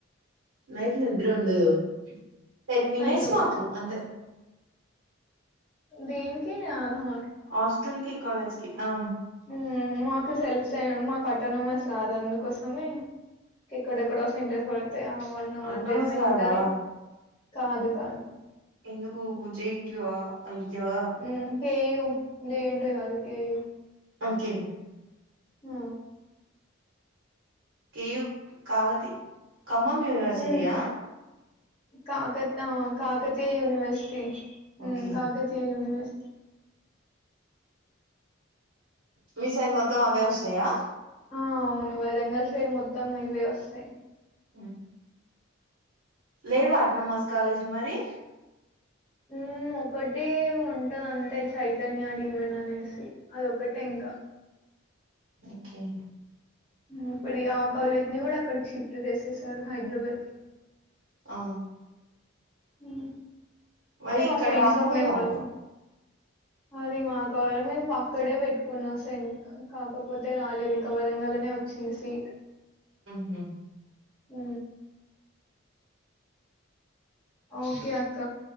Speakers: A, on the right (about 80°); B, on the left (about 25°).
A: నైట్ నిద్ర ఉండదు టెన్ మినిట్స్
B: నైట్ అవుట్.
A: మాకు అంతే
B: దేనికి ఆ హ
A: హస్టల్ కి కాలేజ్ కి ఆ
B: ఆ మాకు సెల్ఫ్ సైన్ మాకు అటోనమస్ కాదు అందుకోసమే ఎక్కడెకడో సెంటర్ పడ్ తయ వన్ అవర్
A: అట్నమాస్
B: జర్నీ
A: కాదా
B: ఉంటది కాదు కాదు
A: ఎందుకు జేఎన్‌టీయూ ఆ అయ్యా
B: హ్మ్ హెయుూ జేఎన్‌టీయూ కాలేజ్ కేయు
A: ఓకే
B: ఆ
A: కెయూ కఖతి ఖమ్మం యూనివర్సిటీయా
B: హ్మ్. కాకత్ ఆ కాకతీయ యూనివర్సిటీ హ్మ్
A: ఓకే
B: కాకతీయ యూనివర్సి
A: మీ సైడ్ అవే వస్తాయా
B: ఆ అవును వరంగల్ సైడ్ మొత్తం ఇవే వస్తాయ్
A: ఆ లేవా అట్లమాస్ కాలేజ్ లు మరి
B: హ్మ్ ఒకటి ఉంట అంతే చైతన్య డీమండ్ అనేసి అదొకటే ఇంకా
A: ఓకే
B: ఇప్పుడు ఆ కాలేజ్ ని కూడా అక్కడికి షిఫ్ట్ చేసే సారు హైదరాబాద్కి
A: ఆ
B: హ్మ్ అంటే
A: మరి ఇక్కడ
B: మా ఫ్రెండ్
A: రాకపోయినావ్
B: ఉండే వాళ్ళు అది మాకు <unintelligible> మేము అక్కడే పెట్టుకున్నా సెన్ కాకపోతే రాలేదు ఇంకా వరంగల్ లో నే వచ్చింది సీట్
A: హ్మ్ హు
B: అ ఓకే అక్క